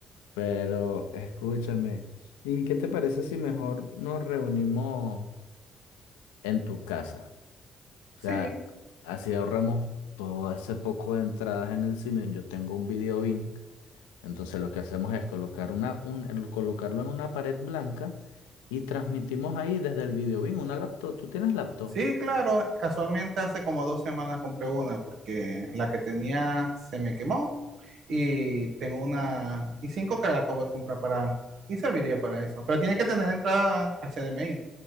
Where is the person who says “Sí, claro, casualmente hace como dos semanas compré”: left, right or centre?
Right